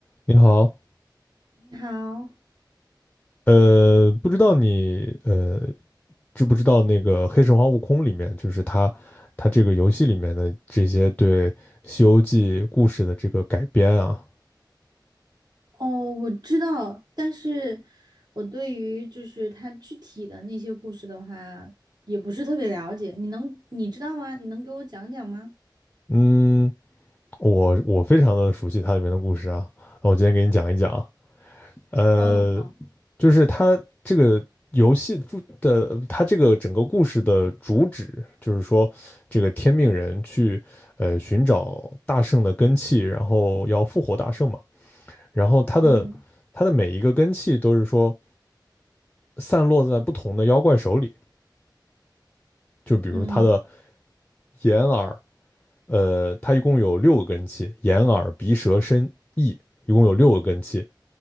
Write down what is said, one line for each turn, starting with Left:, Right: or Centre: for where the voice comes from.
Left: 你好，
Right: 你好，
Left: 呃，不知道你呃知不知道那个《黑神话：悟空》里面，就是它它这个游戏里面的这些对《西游记》故事的这个改编啊，
Right: 哦，我知道，但是我对于就是它具体的那些故事的话，也不是特别了解。你能，你知道吗？你能给我讲讲吗？
Left: 嗯，我我非常的熟悉它里面的故事啊，那我今天给你讲一讲啊，呃，
Right: 嗯，好，
Left: 就是它这个游戏主的，它这个整个故事的主旨就是说，这个天命人去呃寻找大圣的根器，然后要复活大圣嘛。然后它的它的每一个根器都是说
Right: 嗯
Left: 散落在不同的妖怪手里，就比如它的
Right: 嗯，
Left: 眼耳，呃，它一共有六个根器，眼耳鼻舌身意，一共有六个根器，